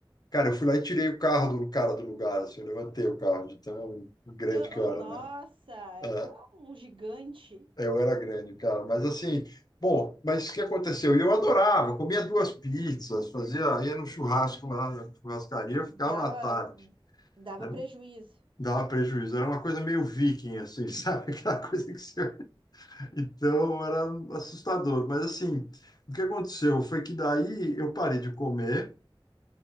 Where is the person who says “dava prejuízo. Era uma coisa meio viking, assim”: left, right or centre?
Left